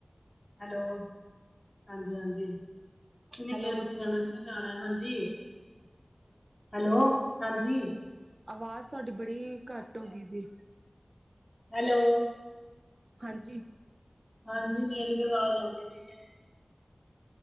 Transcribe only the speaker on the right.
ਹੈਲੋ,
ਆਵਾਜ਼ ਤੁਹਾਡੀ ਬੜੀ ਘੱਟ ਹੋ ਗਈ ਜੇ।
ਹਾਂਜੀ